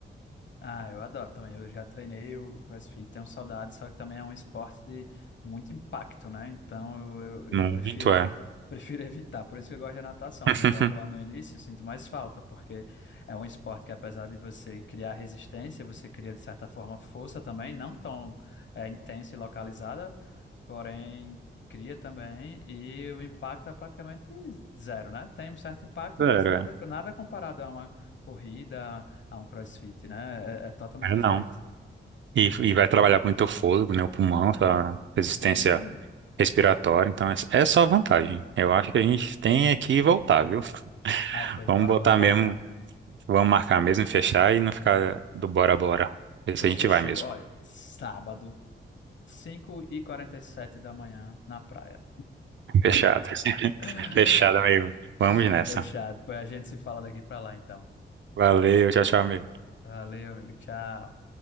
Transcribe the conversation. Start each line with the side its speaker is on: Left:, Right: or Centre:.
Left: Ah, eu adoro também. Eu já treinei o o CrossFit, tenho saudade, só que também é um esporte de muito impacto, né? Então eu, eu,
Right: Muito
Left: eu prefiro
Right: é.
Left: <laughs> prefiro evitar. Por isso que eu gosto da natação,
Right: <laughs>
Left: como eu estava falando no início, eu sinto mais falta, porque é um esporte que apesar de você criar resistência, você cria de certa forma força também, não tão é, intensa e localizada, porém cria também e o impacto é praticamente zero, né? Tem um certo impacto,
Right: Zero,
Left: mas nada
Right: é.
Left: nada comparado a uma corrida a um CrossFit, né? É, é totalmente
Right: É,
Left: diferente.
Right: não. E, e vai trabalhar muito o fôlego, né? O pulmão, a resistência
Left: Sim.
Right: respiratória. Então, é, é só vantagem. Eu acho que a gente tem aqui voltar, viu? <laughs>
Left: Ai, pois
Right: Vamos
Left: bora,
Right: botar
Left: bora
Right: mesmo,
Left: marcar.
Right: vamos marcar mesmo, fechar e não ficar do bora bora. Ver
Left: Pois
Right: se a gente
Left: fechou.
Right: vai mesmo.
Left: Olha, sábado, cinco e quarenta e sete da manhã, na praia.
Right: Fechado. <laughs>
Left: <gasps>
Right: Fechado, amigo. Vamos
Left: <laughs>
Right: nessa.
Left: Fechado. Pois a gente se fala daqui pra lá, então.
Right: Valeu, tchau, tchau, amigo.
Left: Valeu, amigo. Tchau.